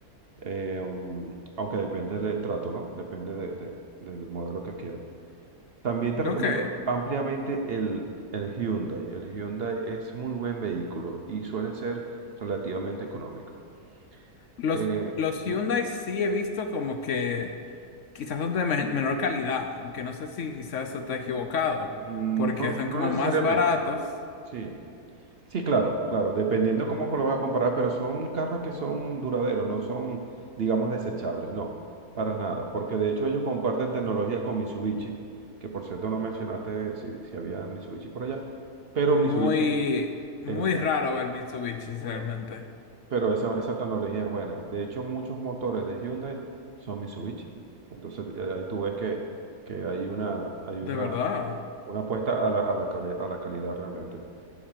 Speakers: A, on the right; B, on the left.
A: eh, mm, aunque depende del estrato, ¿no? Depende de- de- del modelo que quieras. También te recomiendo
B: ok.
A: ampliamente el, el Hyundai. El Hyundai es muy buen vehículo y suele ser relativamente económico.
B: Los,
A: Eh,
B: los
A: sí.
B: Hyundai sí he visto como que quizás son de me- menor calidad, aunque no sé si quizás eso está equivocado,
A: Mm,
B: porque
A: No,
B: son
A: no
B: como
A: necesariamente,
B: más baratos,
A: sí. Sí, claro, claro, dependiendo cómo lo vas a comparar, pero son carros que son duraderos, no son, digamos, desechables, no, para nada, porque de hecho ellos comparten tecnología con Mitsubishi, que por cierto no mencionaste si, si había Mitsubishi por allá, pero
B: muy,
A: Mitsubishi
B: muy
A: es buena,
B: raro
A: o
B: ver Mitsubishi realmente,
A: sea, pero esa, esa tecnología es buena. De hecho, muchos motores de Hyundai son Mitsubishi, entonces eh, ahí tú ves que, que hay una, hay
B: de
A: una,
B: verdad.
A: una apuesta a la, a la cali- a la calidad realmente.